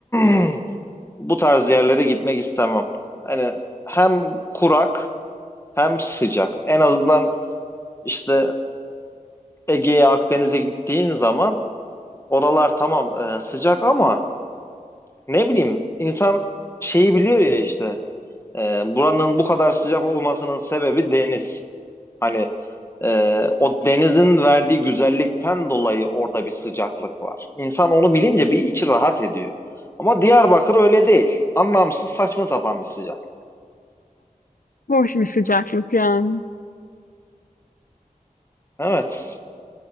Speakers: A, on the left; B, on the left.
A: <clears throat> bu tarz yerlere gitmek istemem. Hani hem kurak hem sıcak. En azından işte e, Ege'ye Akdeniz'e gittiğin zaman Oralar tamam e, sıcak ama ne bileyim insan şeyi biliyor ya işte e, buranın bu kadar sıcak olmasının sebebi deniz. Hani e, o denizin verdiği güzellikten dolayı orada bir sıcaklık var. İnsan onu bilince bir içi rahat ediyor. Ama Diyarbakır öyle değil. Anlamsız saçma sapan bir sıcak.
B: Hoş bir sıcaklık yani.
A: Evet.